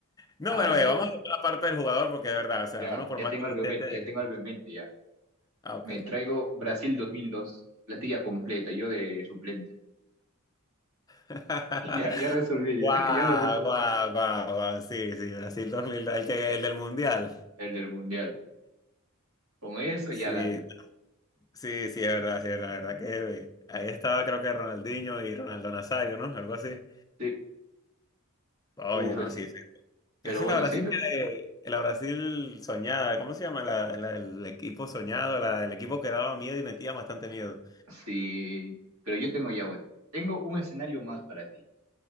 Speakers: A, on the left; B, on the right.
A: No,
B: A
A: bueno, ve,
B: ver,
A: vamos a hacer la parte del jugador porque es verdad, o sea,
B: ya,
A: uno por
B: ya
A: más
B: tengo
A: que
B: algo
A: intente...
B: en mente, ya tengo algo en mente, ya.
A: Ah, ok.
B: Me traigo Brasil 2002, plantilla completa, yo de suplente. <laughs>
A: <laughs>
B: Ya, ya resolví,
A: Guau,
B: ya, <laughs> ya lo resolví.
A: guau, guau, guau. Sí, sí, Brasil 2002, el que, el del Mundial.
B: El del mundial. Con eso
A: Sí,
B: ya gané.
A: Sí, sí, es verdad, sí, es verdad, la verdad que eh, ahí estaba creo que Ronaldinho y Ronaldo Nazario, ¿no? Algo así.
B: Sí,
A: Oye,
B: uf,
A: no,
B: ese-
A: sí, sí.
B: pero
A: Esa
B: bueno,
A: es la Brasil
B: sí,
A: que- la Brasil soñada, ¿cómo se llama? La, la del equipo soñado, la del equipo que daba miedo y metía bastante miedo.
B: Sí, pero yo tengo ya, bueno, tengo un escenario más para ti.